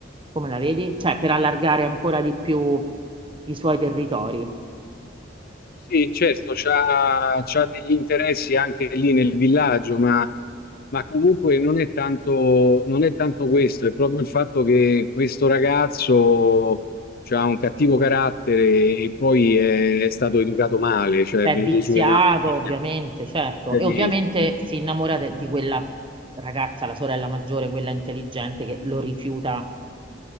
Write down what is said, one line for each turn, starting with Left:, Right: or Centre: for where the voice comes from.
Right: Come la vedi? Cioè, per allargare ancora di più i suoi territori.
Left: Sì, certo, c'ha, c'ha degli interessi anche lì nel villaggio, ma, ma comunque non è tanto, non è tanto questo, è proprio il fatto che questo ragazzo ha un cattivo carattere e poi è, è stato educato male, cioè
Right: Beh,
Left: è venuto
Right: viziato,
Left: su in una famiglia
Right: ovviamente, certo.
Left: catechismo.
Right: E ovviamente si innamora de- di quella ragazza, la sorella maggiore, quella intelligente, che lo rifiuta